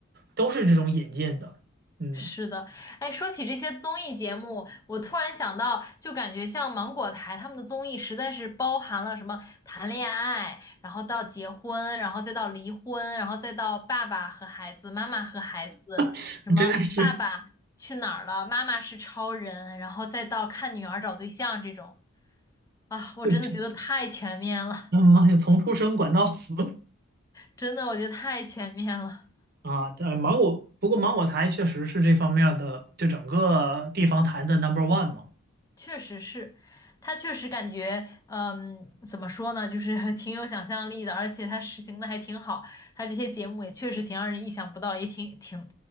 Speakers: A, on the right; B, on the left.
A: 都是这种引进的，嗯，
B: 是的，哎，说起这些综艺节目，我突然想到，就感觉像芒果台他们的综艺实在是包含了什么谈恋爱，然后到结婚，然后再到离婚，然后再到爸爸和孩子，妈妈和孩子，
A: <laughs>
B: 什么爸爸去哪儿了，
A: 真的是，
B: 妈妈是超人，然后再到看女儿找对象这种啊，我真的觉得太全面了，
A: <laughs> 他妈呀，从出生管到死
B: 真的，我觉得太全面了。
A: 啊！呃，芒果，不过芒果台确实是这方面儿的，就整个地方台的 number one 嘛。
B: 确实是，他确实感觉，嗯，怎么说呢，就是 <laughs> 挺有想象力的，而且他实行的还挺好，他这些节目也确实挺让人意想不到，也挺挺